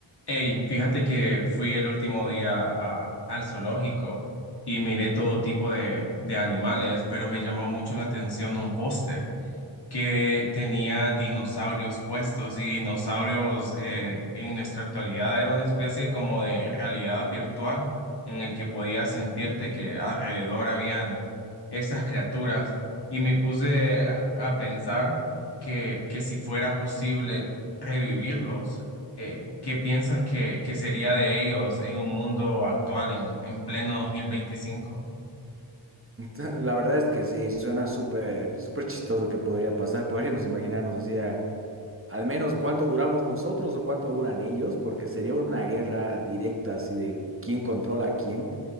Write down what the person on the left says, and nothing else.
Hey, fíjate que fui el último día a- al zoológico y miré todo tipo de, de animales, pero me llamó mucho la atención un póster que tenía dinosaurios puestos y dinosaurios eh, en nuestra actualidad era una especie como de realidad virtual en el que podías sentirte que alrededor habían estas criaturas y me puse a a pensar que, que si fuera posible revivirlos, eh, ¿qué piensas que, que sería de ellos en un mundo actual en, en pleno 2025?